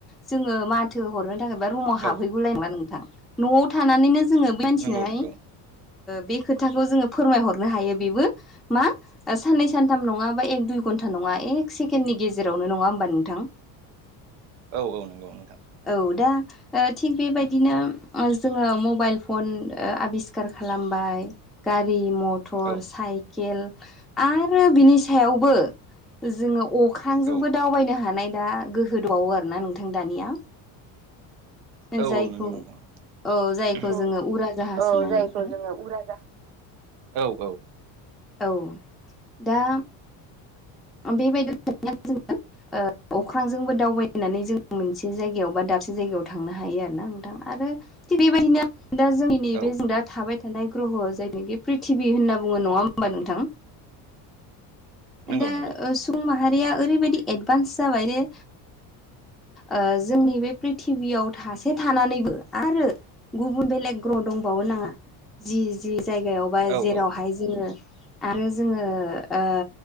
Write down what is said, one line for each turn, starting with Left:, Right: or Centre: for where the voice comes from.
Centre: जोङो म थो हरनो थाखाय बा रुमाव हाबहैगौलाय
Right: औ
Centre: नङा नोंथां न'आव थानानैनो जोङो मानसिनोहाय
Right: नंगौ नंगौ
Centre: बे खोथाखौ जोङो फोरमायहरनो हायो बेबो मा साननै सानथाम नङा बा एक दुइ घन्टा नङा एक सेकेणडनि गेजेरावनो नङा होमबा नोंथां
Right: औ औ नंगौ नोंथां
Centre: औ दा थिग बेबायदिनो जोङो मबाइल फन आबिस्कखार खालामबाय गारि मथर
Right: औ
Centre: साइकेल आरो बिनि सायावबो जोङो अख्रांजोंबो
Right: औ औ
Centre: दावबायनो हानाय दा गोहो दंबावो आरोना नोंथां दानिया
Right: औ
Centre: जायखौ
Right: औ नंगौ नोंथां
Centre: औ जायखौ जोङो उरा जाहाज
Right: औ
Centre: होननानै
Right: जायखौ
Centre: बुङो
Right: जोङो उरा जाहास औ औ
Centre: औ दा बेबायदिनो जोङो अख्रांजोंबो दावबायनानै जों मोन से जायगायाव बा दाबसे जायगायाव थांनो हायो आरो ना नोंथां आरो थिग बेबायदिनो दा जोंनि नैबे
Right: औ
Centre: जों दा थाबाय थानाय ग्रह' जायनाखि प्रिथिबि होनना बुङो नङा हबा नोंथां
Right: नंगौ
Centre: दा
Right: नंगौ
Centre: सुबुं माहारिया ओरैबायदि एडभान्स जाबाय जे ओ जोंनि बे प्रिथिबियाव थासे थानानैबो आरो गुबुन बेलेग ग्रह दंबावो नाङा जि -जि जायगायाव बा
Right: औ
Centre: जेरावहाय
Right: औ
Centre: जोङो आरो जोङो ओ